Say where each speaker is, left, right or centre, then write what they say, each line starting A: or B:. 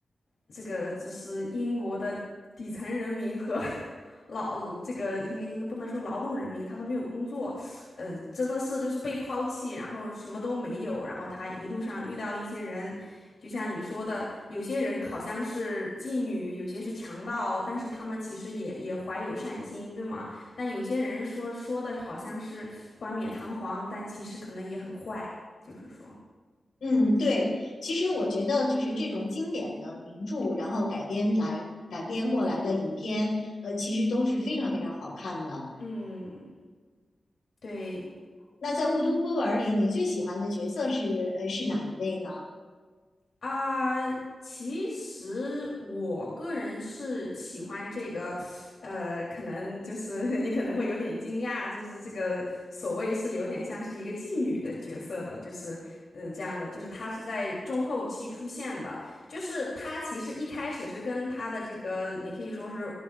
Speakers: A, on the left; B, on the left.
A: 这个就是英国的底层人民和 <laughs> 劳，这个应该应该不能说劳动人民，他都没有工作，呃，真的是就是被抛弃，然后什么都没有，然后他一路上遇到一些人，就像你说的，有些人好像是妓女，有些是强盗，但是他们其实也也怀有善心，对吗？但有些人说说的好像是冠冕堂皇，但其实可能也很坏，就是说，
B: 嗯，对，其实我觉得就是这种经典的名著，然后改编来改编过来的影片，呃，其实都是非常非常好看的。
A: 嗯，对。
B: 那在《雾都孤儿》里，你最喜欢的角色是呃是哪一位呢？
A: 啊，其实我个人是喜欢这个，呃，可能就是 <laughs> 你可能会有点惊讶，就是这个所谓是有点像是一个妓女的角色的，就是嗯、呃这样的，就是他是在中后期出现的，就是他其实一开始是跟他的这个你可以说是